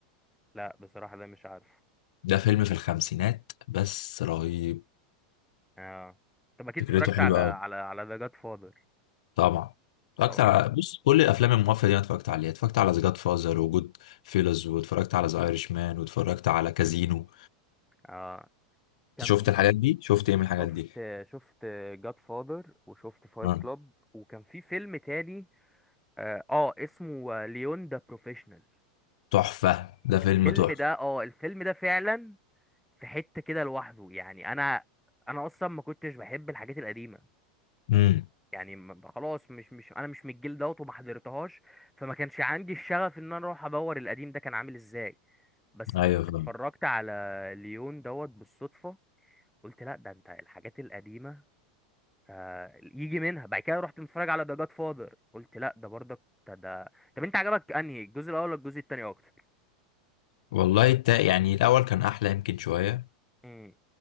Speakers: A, in the centre; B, on the left.
A: لا بصراحة ده مش عارفه
B: ده فيلم في الخمسينات بس رهيب
A: اه طب اكيد
B: فكرته
A: اتفرجت
B: حلوه
A: على على
B: قوي
A: على ذا جاد فاذر
B: طبعا اتفرجت
A: طبعا
B: على بص كل الافلام المافيا دي انا اتفرجت عليها اتفرجت على ذا فازر وجود فيلز واتفرجت على ذا ايرش مان واتفرجت على كازينو
A: اه
B: انت
A: كان
B: شفت
A: في
B: الحاجات دي شفت ايه من الحاجات
A: شفت
B: دي
A: شفت جاد فاذر وشفت فايت
B: آه.
A: كلاب وكان في فيلم تاني اه آه، اسمه ليون ذا بروفيشنال
B: تحفه ده فيلم
A: الفيلم
B: تحفه
A: ده اه الفيلم ده فعلا في حتة كده لوحده يعني انا انا اصلا ما كنتش بحب الحاجات القديمة
B: امم
A: يعني ما- خلاص مش مش انا مش من الجيل دوت وما حضرتهاش فما كانش عندي الشغف ان انا اروح ادور القديم ده كان عامل ازاي بس
B: ايوه
A: ات-
B: فاهم
A: اتفرجت على ليون دوت بالصدفة قلت لا ده انت الحاجات القديمة آه، يجي منها بعد كده رحت متفرج على ذا جاد فاذر قلت لا ده برضك ده, ده طب انت عجبك انهي الجزء الاول ولا الجزء التاني اكتر
B: والله التا... يعني الأول كان أحلى يمكن شوية
A: امم